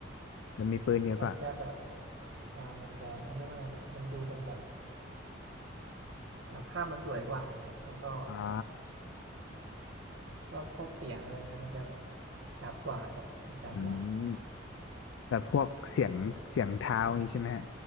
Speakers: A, on the left; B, on the right.
A: จะมีปืนเยอะกว่า
B: มันจะแบบอ่ามันจะเรียกว่าไงมันมันดูมันแบบ อ่าภาพมันสวยกว่าครับ แล้วก็
A: อ๋อ
B: แล้วก็พวกเสียงอะไรเงี้ยมันจะแบบชัดกว่าครับชัดกว่า
A: อืมแบบพวกเสียงเสียงเท้าอย่างนี้ใช่ไหมฮะ